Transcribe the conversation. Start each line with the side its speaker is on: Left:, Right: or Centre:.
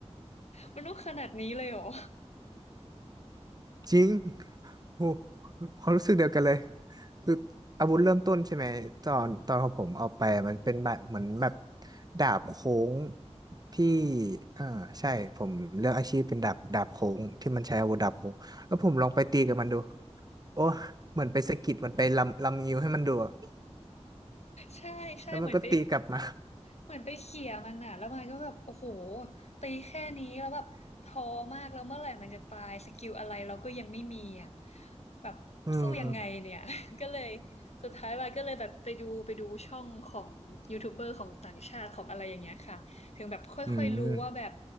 Left: มันต้องขนาดนี้เลยเหรอ
Right: จริงโอ้ความรู้สึกเดียวกันเลยคืออาวุธเริ่มต้นใช่ไหมตอนตอนของผมเอาไปมันเป็นแบบเหมือนแบบดาบโค้งที่อ่าใช่ผมเลือกอาชีพเป็นดาบดาบโค้งที่มันใช้อาวุธดาบโค้ง แล้วผมลองไปตีกับมันดู โอ้เหมือนไปสะกิดมันไปลำลำงิ้วให้มันดูอะ
Left: ใช่ใช่เหมือนไป
Right: แล้วมันก็ตีกลับมา
Left: เหมือนไปเขี่ยมันอ่ะแล้วมันก็แบบโอ้โหตีแค่นี้แล้วแบบท้อมากแล้วเมื่อไหร่มันจะตายสกิลอะไรเราก็ยังไม่มีอ่ะแบบสู้ยังไงเนี่ย
Right: <laughs> อืม
Left: <laughs> ก็เลยสุดท้ายวันก็เลยแบบไปดูไปดูช่องของยูทูบเบอร์ของต่างชาติของอะไรอย่างเงี้ยค่ะถึงแบบค่อยๆรู้ว่าแบบ
Right: อืม